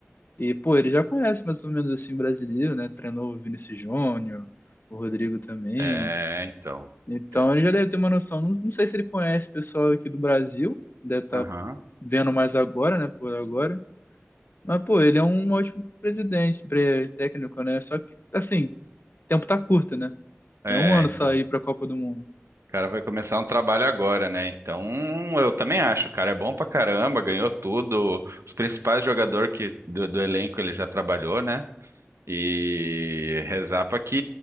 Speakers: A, on the left; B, on the right.
A: E, pô, ele já conhece mais ou menos assim o brasileiro, né? Treinou o Vinícius Júnior, o Rodrigo também.
B: É, então.
A: Então
B: É.
A: ele já deve ter uma noção. Não, não sei se ele conhece o pessoal aqui do Brasil, deve estar
B: Aham.
A: vendo mais agora, né? Por agora. Mas, pô, ele é um ótimo presidente, pre- técnico, né? Só que, assim, o tempo tá curto, né?
B: É,
A: É um ano
B: então.
A: sair pra Copa do Mundo.
B: O cara vai começar um trabalho agora, né? Então, eu também acho, o cara é bom pra caramba, ganhou tudo. Os principais jogadores que, do, do elenco ele já trabalhou, né? E rezar para que